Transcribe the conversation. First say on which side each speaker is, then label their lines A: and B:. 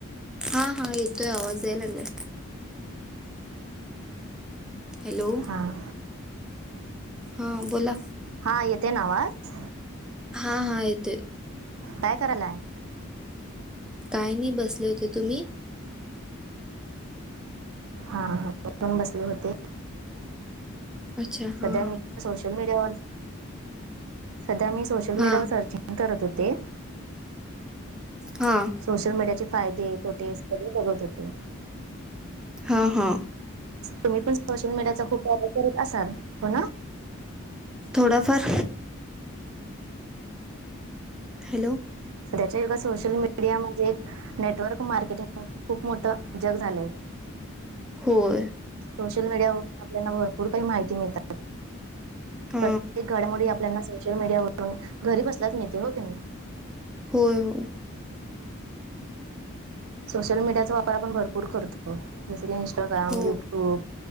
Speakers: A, in the centre; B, on the right.
A: हा हा येतोय आवाज याय लागलाय. हॅलो!
B: हां!
A: हा बोला.
B: हा येतोय ना आवाज?
A: हा हा येतोय.
B: काय करायलाय?
A: काय नाही बसले होते. तुम्ही?
B: हा मी पण बसले होते.
A: अच्छा हा
B: सध्या
A: हा
B: मी सोशल मीडियावर, सध्या मी सोशल
A: हा
B: मीडियावर सर्च करत होते,
A: हा,
B: सोशल मीडिया चे, फायदे, तोटे, सगळे बघत होते.
A: हा, हा,
B: तुम्ही पण, सोशल मीडियाचा, खूप वापर करीत असाल, हो ना?
A: थोडाफार, हॅलो?
B: आताच्या युगात, सोशल मीडिया म्हणजे एक नेटवर्क मार्केटिंग, खूप मोठं जग झालंय.
A: होय,
B: सोशल मीडयारून, आपल्याला भरपूर काही माहिती मिळत,
A: हा
B: प्रत्येक घडामोडी आपल्याना, सोशल मीडियावरून घरी बसलाच मिळते, हो की नाही.
A: होय, होय,
B: सोशल मीडियाचा वापरण, आपण भरपूर करतो. जस की, इंस्टाग्राम,
A: हो
B: युट्यूब